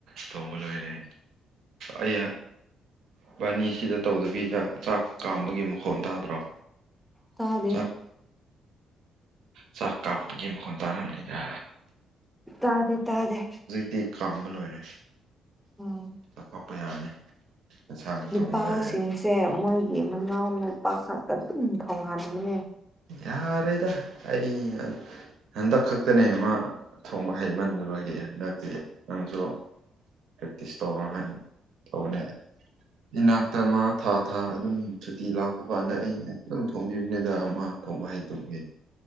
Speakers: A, on the right; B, in the centre.
A: ꯊꯣꯡꯕ ꯂꯣꯏꯔꯦ ꯑꯩ ꯏꯕꯥꯅꯤ ꯁꯤꯗ ꯇꯧꯗꯕꯤꯗ ꯆꯥꯛ ꯀꯥꯝꯕꯒꯤ ꯃꯈꯣꯟ ꯇꯥꯗ꯭ꯔꯣ
B: ꯇꯥꯗꯦ
A: ꯆꯥꯛ ꯆꯥꯛ ꯀꯥꯞꯄꯒꯤ ꯃꯈꯣꯟ ꯇꯥꯔꯝꯅꯤꯗ
B: ꯇꯥꯗꯦ ꯇꯥꯗꯦ
A: ꯗꯤ ꯀꯥꯝꯕ ꯂꯣꯏꯔꯦ
B: ꯎꯝ
A: ꯀꯥꯄ ꯌꯥꯔꯅꯤ ꯌꯦꯟꯁꯥꯡꯁꯨ
B: ꯅꯨꯄꯥꯁꯤꯡꯁꯦ
A: ꯊꯣꯡꯕ ꯂꯣꯏꯔꯦ
B: ꯃꯣꯏꯒꯤ ꯃꯅꯥꯎ ꯅꯨꯄꯥ ꯈꯛꯇ ꯑꯗꯨꯝ ꯊꯣꯡꯍꯟꯕꯅꯦ
A: ꯌꯥꯔꯣꯢꯗ ꯑꯩ ꯍꯟꯗꯛ ꯈꯛꯇꯅꯦ ꯃ ꯊꯣꯡꯕ ꯍꯩꯃꯟꯗꯕꯒꯤ ꯍꯟꯗꯛꯇꯤ ꯅꯪꯁꯨ ꯄ꯭ꯔꯦꯛꯇꯤꯁ ꯇꯧꯔꯣ ꯍꯥꯏꯅ ꯇꯧꯕꯅꯦ ꯏꯅꯥꯛꯇ ꯃꯥ ꯊꯥ ꯊꯥ ꯑꯗꯨꯝ ꯁꯨꯇꯤ ꯂꯥꯛꯄ ꯂꯥꯛꯄꯀꯥꯟꯗ ꯑꯩꯩꯅ ꯑꯗꯨꯝ ꯊꯣꯡꯕꯤꯕꯅꯤꯗꯥ ꯃ ꯊꯣꯡꯕ ꯍꯩꯇꯕꯒꯤ